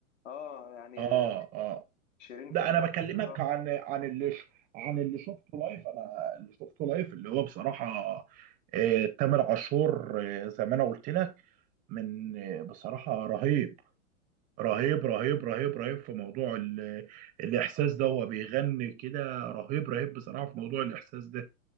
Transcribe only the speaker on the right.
اه اه
لا
انا بكلمك
عن عن اللي ش- عن اللي شفته لايف انا اللي شفته لايف اللي هو بصراحه آه تامر عاشور آه زي ما انا قلت لك من آه بصراحه رهيب رهيب رهيب رهيب رهيب في موضوع ال- الاحساس ده هو بيغني كده رهيب رهيب بصراحه في موضوع الاحساس ده